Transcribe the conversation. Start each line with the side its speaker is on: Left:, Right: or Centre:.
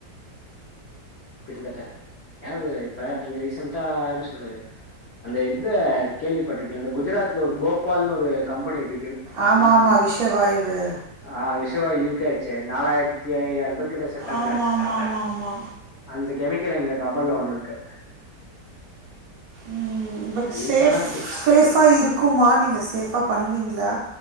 Left: கிட்டத்தட்ட யாராவது இப்ப நீங்க ரீசன்டா எப்டி சொல்றது அந்த இத்த கேள்விப்பட்டிருக்கிங்களா இந்த குஜராத்ல ஒரு போபால்னு ஒரு கம்பனி இருக்
Right: ஆமா ஆமா விஷவாய்வு
Left: ஆ விஷவாய்வு லீக் ஆச்சே நாலாயிரத்தி ஐயாயிரோ பேரு கிட்ட செத்தாங்களே
Right: ஆமாமாமாமா.
Left: இந்த கெமிக்கலு எங்க கம்பன்ல்ல ஒன்னுருக்கு
Right: ம் பட்
Left: லீக்
Right: சேஃப்
Left: ஆனா கிட்
Right: சேஃபா இருக்குமா நீங்க சேஃபா பண்ணுவீங்களா